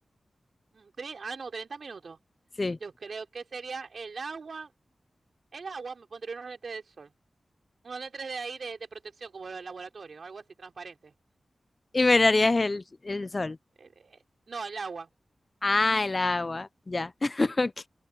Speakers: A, on the right; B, on the left.
A: mm, tre- ah, no, 30 minutos.
B: Sí.
A: Yo creo que sería el agua. El agua, me pondría unos lentes de sol. Unos letras de ahí de, de protección, como el laboratorio, algo así transparente.
B: Y mirarías el, el sol.
A: Eh, eh, no, el agua.
B: Ah, el agua, ya. <laughs> Ok.